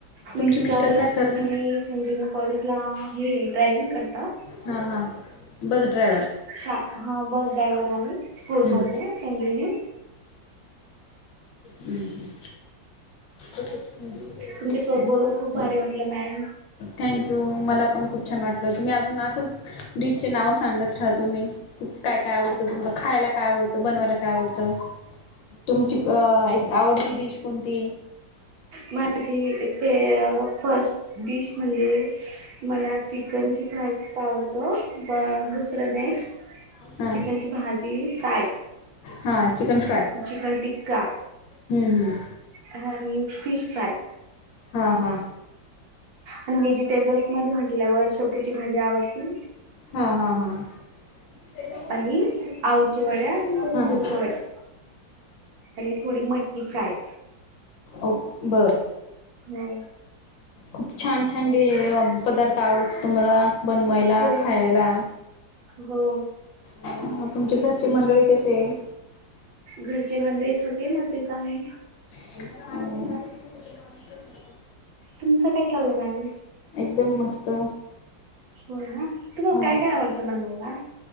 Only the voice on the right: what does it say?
मिस्टर
संजीवनी
संजीवनी कॉलेजला आहे ड्रायविंग करता
हा हा बस ड्रायव्हर आहे स्कूल
मध्ये संजीवनी
तुमच्या सोबत बोलून खूप भारी वाटलं मॅम
माझी पे फस्ट डीश म्हणजे मला चिकनची फ्राय खूप आवडतो. पण दुसरं नेक्स्ट
चिकनची भाजी फ्राय
चिकन टिक्का
आणि फिश फ्राय्
आणि वेजिटेबल्स म म्हंटल्यावर शपूची भाजी आवडती.
आणि आळूच्या वड्या आणि कोथिंबीरच्या
वड्या आणि थोडी मटकी फ्राय.
हो.
हो
हो.
घरचे मंडळी सगळे मजेत आहे.
तुमचं काय चाललं मॅम?
हो ना. तुलाला
काय काय आवडतं बनवायला?